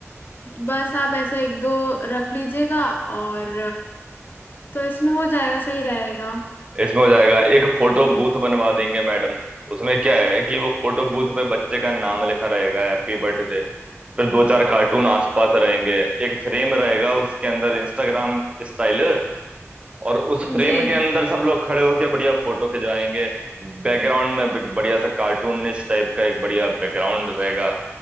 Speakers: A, on the left (about 40°); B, on the right (about 25°).
A: बस आप ऐसे एक दो रख लीजिएगा और तो इसमें हो जाएगा सही रहेगा
B: इसमें हो जाएगा एक फोटो बूथ बनवा देंगे मैडम उसमें क्या है कि वो फोटो बूथ पे बच्चे का नाम लिखा रहेगा हैप्पी बर्थडे फिर दो चार कार्टून आसपास रहेंगे एक फ्रेम रहेगा उसके अंदर इंस्टाग्राम स्टाइल और उस फ्रेम
A: जी
B: के
A: जी
B: अंदर सब लोग खड़े होके बढ़िया फोटो खिंचवाएंगे बैकग्राउंड में बिक- बढ़िया सा कार्टूनिश टाइप का एक बढ़िया बैकग्राउंड रहेगा